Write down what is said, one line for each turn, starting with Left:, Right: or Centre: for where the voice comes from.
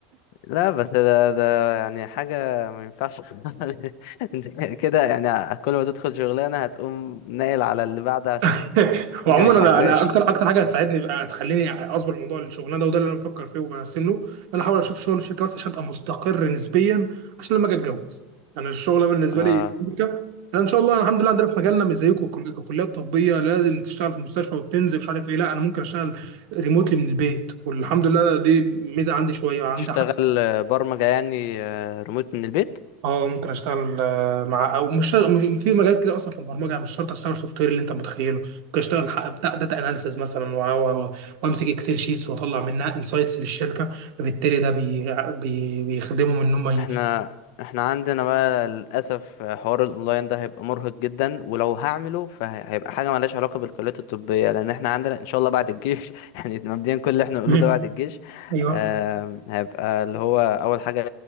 Left: لا بس ده ده يعني حاجة ما ينفعش <laughs> انت كده يعني كل ما تدخل شغلانة هتقوم ناقل على اللي بعدها عشان
Right: <laughs> وعموما
Left: الدنيا مش
Right: انا
Left: عاجباك
Right: انا اكتر اكتر حاجه هتساعدني هتخليني اصبر موضوع الشغلانه ده وده اللي انا بفكر فيه وبرسم له ان انا احاول اشوف شغل الشركه بس عشان ابقى مستقر نسبيا عشان لما اجي اتجوز انا الشغله بالنسبه
Left: اه
Right: لي شركه انا ان شاء الله الحمد لله عندنا في مجالنا مش زيكم كل- ككليات طبيه لازم تشتغل في المستشفى وتنزل مش عارف ايه لا انا ممكن اشتغل ريموتلي من البيت والحمد لله دي ميزه عندي شويه عندي
Left: تشتغل برمجة يعني آه، ريموت من البيت
Right: اه ممكن اشتغل آه، مع او مش شرط- مش في مجالات كده اصلا في البرمجه يعني مش شرط اشتغل سوفت وير اللي انت متخيله ممكن اشتغل ح- بتاع داتا اناليسز مثلا و- و- و- وامسك اكسل شيتس واطلع منها انسايتس للشركه فبالتالي ده بي بي بيخدمهم ان هم
Left: احنا
Right: ي...
Left: احنا عندنا بقى للاسف حوار الاونلاين ده هيبقى مرهق جدا ولو هعمله فهيبقى حاجه مالهاش علاقه بالكليات الطبيه لان احنا عندنا ان شاء الله بعد الجيش <laughs> يعني مبدئيا كل اللي احنا نقوله
Right: <laughs> مم.
Left: ده بعد الجيش
Right: ايوه
Left: آم، هيبقى اللي هو اول حاجه